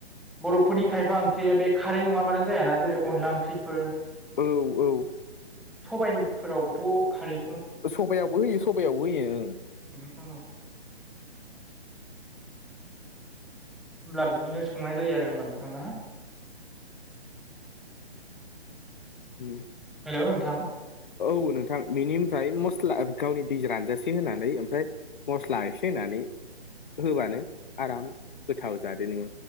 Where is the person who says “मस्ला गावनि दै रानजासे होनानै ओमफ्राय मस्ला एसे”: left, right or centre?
Left